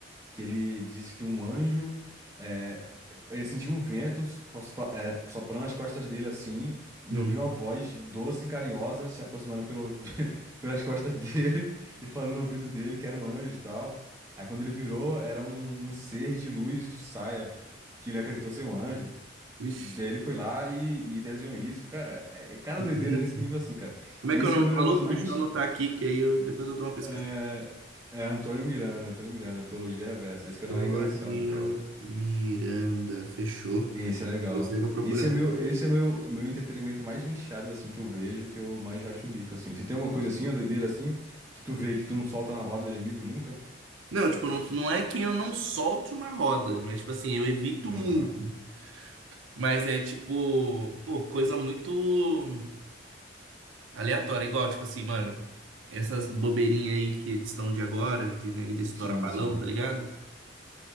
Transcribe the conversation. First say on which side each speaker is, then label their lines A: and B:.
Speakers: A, on the right; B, on the right.
A: que ele disse que um anjo, é, ele sentiu um vento pos- pa- é, soprando nas costas dele assim, e
B: Hum.
A: ouviu uma voz doce e carinhosa se aproximando pelo, <laughs> pelas costas dele e falando no ouvido dele que era um anjo e tal. Aí quando ele virou, era um, um ser de luz de saia, que ele acreditou ser um anjo.
B: Ixi,
A: Daí ele foi lá e, e desenhou isso. Cara, é é cada
B: que
A: doideira
B: bonito.
A: nesse nível assim, cara.
B: Como
A: Esse
B: é que é o nome
A: é o meu
B: do
A: negócio
B: maluco?
A: mais.
B: Deixa
A: nis-
B: eu anotar aqui, que aí eu, depois eu dou uma pesquisa.
A: É, é Antônio Miranda, Antônio Miranda, Teologia Reversa. Esse canal
B: Antônio
A: é engraçado, cara.
B: Miranda, fechou.
A: Esse é legal.
B: Você eu vou procurar.
A: Esse é meu, esse é meu, meu entretenimento mais nichado, assim, que eu vejo, que eu mais acho o bico, assim. Se tem alguma coisa assim, uma doideira assim, que tu vê e que tu não solta na roda de amigos nunca?
B: Não, tipo, não, não é que eu não solto na roda, mas, tipo assim, eu evito
A: Aham.
B: muito. Mas é, tipo, pô, coisa muito. Aleatório, igual, tipo assim, mano, essas bobeirinhas aí que estão de agora, de, né, de estourar
A: Sim,
B: balão,
A: sim.
B: tá ligado?